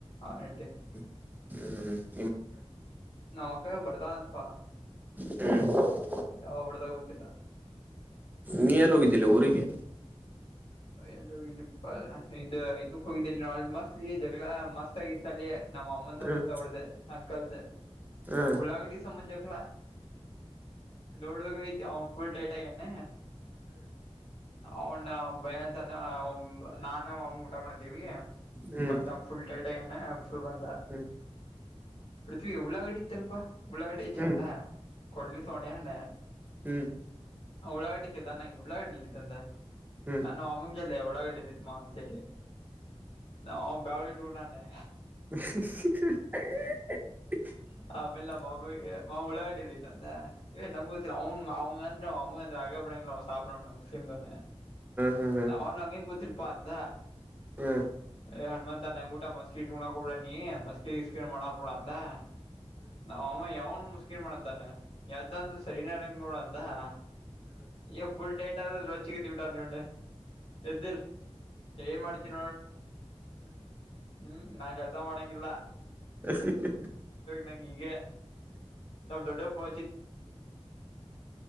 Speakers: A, on the left (about 60°); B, on the right (about 15°).
A: ಆರ್ಗಂಟೆ.
B: ಹ್ಮ್ ಹ್ಮ್.
A: ನ ಮಕ್ಕಳೋ ಬರ್ತಾ ಅಪ್ಪಾ.
B: ಹ್ಮ್.
A: ಯಾವ ಬಡ್ದ ಗೊತ್ತಿಲ್ಲ.
B: ಮ ಎಲ್ಲೋಗಿದ್ದಿಲ್ಲ ಊರಿಗೆ.
A: ಎಲ್ಲೋಇಲ್ಲಿಪ್ಪ ಇದ ಇದಕ್ ಹೋಗಿದ್ದೇ ಅ ಮಸ್ತ್ಲಿ ಜಗಳ ಮಸ್ತ್ ಆಗಿತ್ತ ಅಲ್ಲಿ ನಮ್ಮ ಅಮ್ಮನ
B: ಹ್ಮ್
A: ಮತ್ತ ಅವ್ಳದ್ ಅಂಕಲ್ದ
B: ಹ್ಮ್
A: ಉಳ್ಳಾಗಡಿ ಸಂಬಂದ್ ಜಗಳ. ನೋಡಕ ಆಗೀತ್ನಿ ಅವ ಫುಲ್ ಟೈಟ್ ಅಗ್ಯಾನ್ ಅವ್ಳ್ನ ಅವ್ ಬಯಂತಾನ್ ಅವ್ ನಾನ ಅವು ಊಟ ಮಾಡಾತೀವಿ
B: ಹ್ಮ್
A: ಬಂದ ಫುಲ್ಲ್ ಟೈಟ್ ಆಗ್ಯಾನ್ ಫುಲ್ ಬಂದ.
B: ಹ್ಮ್
A: ಪೃಥ್ವಿ ಉಳ್ಳಾಗಡ್ಡಿ ಇತ್ತಲ್ಪಾ. ಉಳ್ಳಾಗಡ್ಡಿ
B: ಹ್ಮ್
A: ಚೆಂಡ್ <unintelligible>
B: ಹ್ಮು
A: ಉಳ್ಳಾಗಡ್ಡಿ <unintelligible> ಉಳ್ಳಾಗಡ್ಡಿ ಎಲ್ಲಿ ತಂದ್.
B: ಹ್ಮ್ ಹ್ಮ್ ಹ್ಮ್ ಹ್ಮ್ ಹ್ಮ್ ಹ್ಮ್ ಹ್ಮ್ ಹ್ಮ್ ಹ್ಮ್ ಹ್ಮ್
A: ನಾನು ಅಮ ಇಲ್ಲಲೇ ಉಳ್ಳಾಗಡ್ಡಿ ಎಲ್ಲಿದ್ ಮಾವಂತೇಲಿ. ನಾವ್ <unintelligible> ರೂ ನಾನೇ.
B: <unintelligible>
A: ಆಮೇಲೆ ನಮ್ಮ ಮಮ್ಮಿಗೆ ಮಾವ್ ಉಳ್ಳಾಗಡ್ಡಿ ಎಲ್ಲಿ ತಂದ್. ಏ ನಂಗೋತ್ತಿಲ್ಲ ಅವ್ನ್ ಅವ್ನ್ ಮ್ಯಾಲ್ ಅಮ್ಮಗ್ <unintelligible>
B: ಹ್ಮ್ ಹ್ಮ್ ಹ್ಮ್
A: ನಾವ್ ಅವ್ನ್ ನಮಗೇನ್ ಗೊತ್ತಿಲ್ಲ. ಪದ್ದ್
B: ಅ
A: ಎ ಹನುಮಂತ ಅಣ್ಣ ನಂಗ್ ಊಟ ಮಸ್ಸಿ. ಉಣ್ಣಾಕ್ ಹೋಗುನು ಅನ್ನಿ ಮಸ್ಕಿ ಇಸ್ಕಿ ಏನ್ ಮಾಡಾಕ್ ಹೋಗಬ್ಯಾಡ ಅಂದಾ. ನಮ್ಮ ಅಮ್ಮ ಯಾವನ್ ಮುಶಕಿಲ್ ಮಾಡಿದ್ದಾನೆ. ಯಾವ್ದ ಅಂದ್ರ ಸರಿನ ಇರಾಂಗಿಲ್ಲ ನೋಡಂದ ಹಾ. ಈಗ್ ಫುಲ್ ಡೇಟ್ <unintelligible> <unintelligible> <unintelligible> ಎದ್ದ ನಿಲ್ಲ್ ಏನ್ ಮಾಡ್ತಿ <unintelligible> ಹ್ಮು. ನಾಕ ಅಜಾ ಮಾಡಾಂಗಿಲ್ಲ.
B: <unintelligible>
A: ನಂಗ್ ಈಗ್ <unintelligible> <unintelligible> ದೊಡ್ಡಪ್ಪಾ